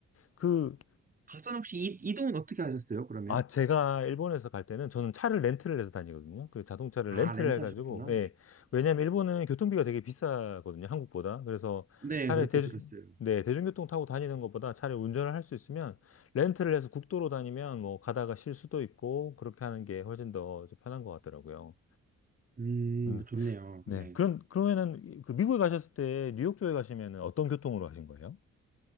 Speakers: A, on the left; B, on the right.
A: 그
B: 가선 혹시 이, 이동은 어떻게 하셨어요, 그러면?
A: 아, 제가 일본에서 갈 때는 저는 차를 렌트를 해서 다니거든요. 그 자동차를
B: 아,
A: 렌트를
B: 렌트하셨구나.
A: 해가지고, 예. 왜냐면 일본은 교통비가 되게 비싸거든요. 한국보다. 그래서
B: 네,
A: 차라리
B: 그렇게
A: 대주,
B: 들었어요.
A: 네, 대중교통 타고 다니는 것보다 차라리 운전을 할 수 있으면 렌트를 해서 국도로 다니면 뭐 가다가 쉴 수도 있고 그렇게 하는 게 훨씬 더좀 편한 것 같더라고요.
B: 음,
A: 음,
B: 좋네요.
A: 네.
B: 네.
A: 그럼, 그러면은 이- 그 미국에 가셨을 때 뉴욕 쪽에 가시면은 어떤 교통으로 가신 거예요?